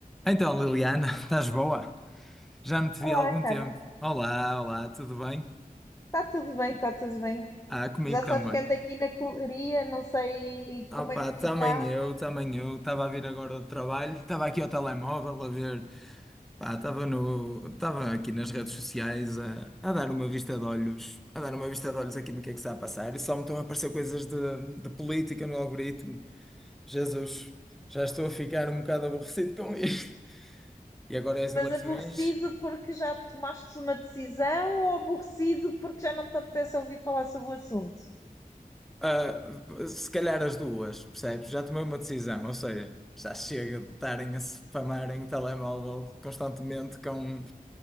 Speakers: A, in the centre; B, on the left.
A: Então, Liliana, <laughs> estás boa? Já não te
B: Olá,
A: vi há algum
B: Carlos.
A: tempo. Olá, olá, tudo bem?
B: Está tudo bem, está tudo bem.
A: Ah, comigo
B: Já
A: também.
B: sabes que ando aqui na correria, não sei
A: Opa,
B: como é que
A: também
B: tu estás,
A: eu, também eu. Estava a vir agora do trabalho, estava aqui ao telemóvel a ver. Pá, estava no, estava aqui nas redes sociais a, a dar uma vista de olhos, a dar uma vista de olhos aqui no que é que está a passar. E só me estão a aparecer coisas de, de política no algoritmo. Jesus, já estou a ficar um bocado aborrecido com isto. E agora é as
B: mas
A: eleições.
B: aborrecido porque já tomaste uma decisão ou aborrecido porque já não te apetece ouvir falar sobre o assunto?
A: Ah, se calhar as duas, percebes? Já tomei uma decisão, ou seja, já chega de estarem a spamarem telemóvel constantemente com